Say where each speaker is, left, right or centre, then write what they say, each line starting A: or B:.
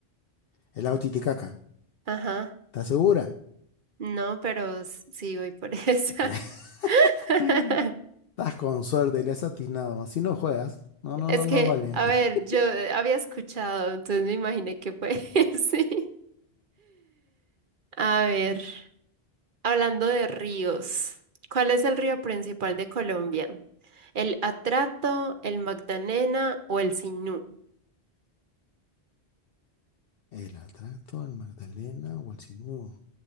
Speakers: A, on the left (about 65°); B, on the right (about 55°).
A: El lago Titicaca,
B: Ajá.
A: ¿estás segura?
B: No, pero s- sí voy por <laughs> esa.
A: <laughs>
B: <laughs>
A: Estás con suerte, le has atinado. Así no juegas. No, no,
B: Es
A: no, no
B: que,
A: vale.
B: a ver,
A: <laughs>
B: yo eh, había escuchado, entonces me imaginé que fue <laughs> sí. A ver. Hablando de ríos, ¿cuál es el río principal de Colombia? ¿El Atrato, el Magdalena o el Sinú?
A: ¿El atracto, el Magdalena o el Sinú?